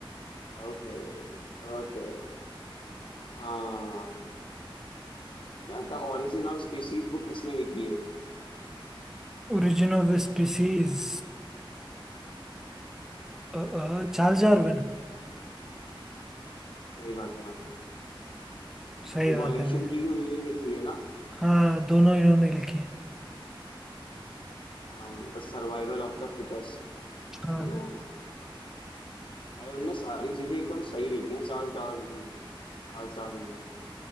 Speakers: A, on the left; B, in the centre.
A: okay okay हाँ The origin of species book किसने लिखी है
B: Origin of species Charles Darwin
A: सही बात है भाई
B: सही
A: इवोल्यूशन
B: बात है भाई
A: की भी उन्हीं ने लिखी है ना
B: हाँ दोनों इन्होंने लिखी है
A: हाँ the survival of the fittest
B: हाँ
A: ये हो गया भाई उनने सारी चीजें एकदम सही लिखी हैं चार्ल्स डार्विन ने चार्ल्स डार्विन ने